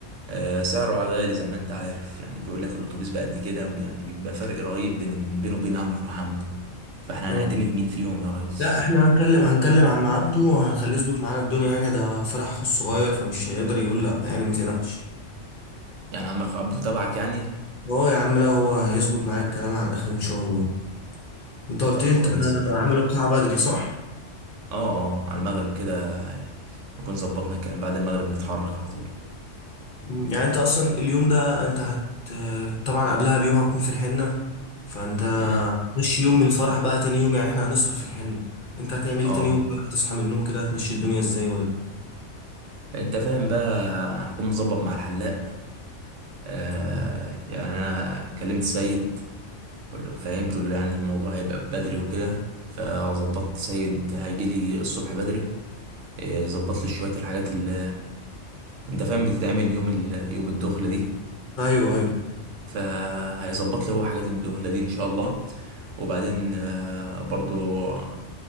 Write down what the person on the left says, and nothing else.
آه.
لا احنا هنكلم هنكلم عم عبده وهنخليه يظبط معانا الدنيا يعني ده فرح اخو الصغير فمش هيقدر يقول لا يعني ما تقلقش
هو يا عم لا هو هيظبط معاك الكلام على الاخر ان شاء الله انت قلت
لي انت
عامل
القاعة بدري صح
مم، يعني انت اصلا اليوم ده انت هت طبعا قبلها بيوم هتكون في الحنة فانت
مشي يوم الفرح بقى تاني يوم يعني احنا هنسهر في الحنة انت هتعمل ايه
تاني يوم بقى هتصحى من النوم كده هتمشي الدنيا ازاي ولا
مم.
ايوه ايوه